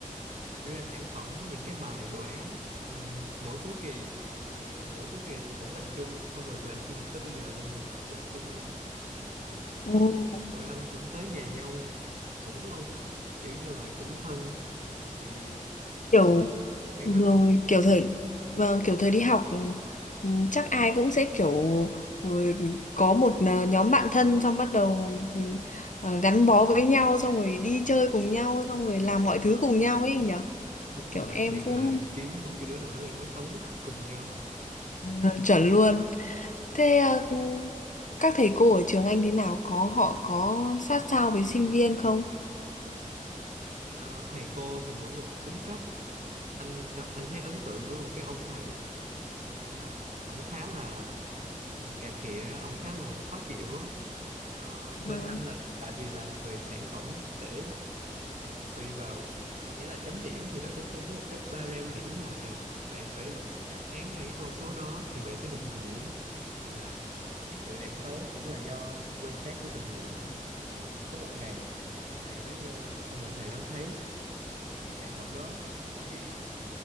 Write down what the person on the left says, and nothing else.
Ồ.
Kiểu
rồi
kiểu thời vâng, kiểu thời đi học ừ, chắc ai cũng sẽ kiểu ừ, có một ờ, nhóm bạn thân xong bắt đầu ừ, ờ, gắn bó với nhau xong rồi đi chơi cùng nhau xong rồi làm mọi thứ cùng nhau ấy anh nhở
kiểu em
cũng
Ừ, chuẩn luôn. Thế ờ, các thầy cô ở trường anh thế nào? Có họ có sát sao với sinh viên không?
Vâng.